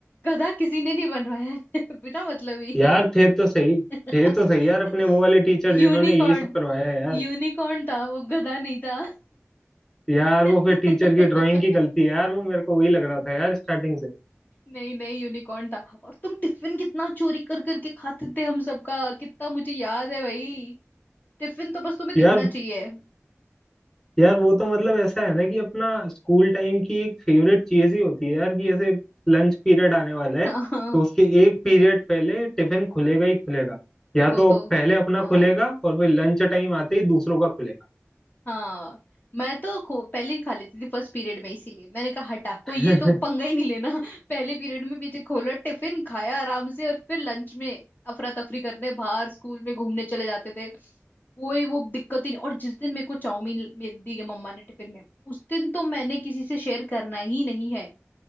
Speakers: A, on the left; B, on the left.
A: गधा किसी ने नहीं बनवाया है <laughs> बिना मतलब ही
B: यार थे तो सही
A: <laughs>
B: थे तो सही यार अपने वो वाले टीचर जिन्होंने
A: यूनिकॉर्न
B: यही सब करवाया है यार
A: यूनिकॉर्न था वो गधा नहीं था
B: यार
A: <laughs>
B: वो फिर टीचर की ड्राइंग की गलती है यार वो मेरे को वही लग रहा था यार स्टार्टिंग से
A: नहीं नहीं यूनिकॉर्न था और तुम टिफिन कितना चोरी कर करके खाते थे हम सबका कितना मुझे याद है भाई टिफिन तो बस तुम्हें
B: यार
A: दिखना चाहिए
B: यार वो तो मतलब ऐसा है ना कि अपना स्कूल टाइम की एक फेवरेट चीज ही होती है यार कि ऐसे लंच पीरियड आने वाला है
A: <laughs> हाँ
B: तो उसके एक पीरियड पहले टिफिन खुलेगा ही खुलेगा या
A: वो
B: तो
A: तो
B: अब पहले अपना
A: हाँ
B: खुलेगा और फिर लंच टाइम आते ही दूसरों का खुलेगा
A: हाँ मैं तो खो- पहले ही खा लेती थी फर्स्ट पीरियड में इसीलिए मैंने कहा हटा कोई
B: <laughs>
A: ये तो पंगा ही नहीं लेना <laughs> पहले पीरियड में पीछे खोला टिफिन खाया आराम से और फिर लंच में अफरा तफरी करने बाहर स्कूल में घूमने चले जाते थे कोई वो दिक्कत ही नहीं और जिस दिन मेरे को चाउमीन मे- दी है मम्मा ने टिफिन में उस दिन तो मैंने किसी से शेयर करना ही नहीं है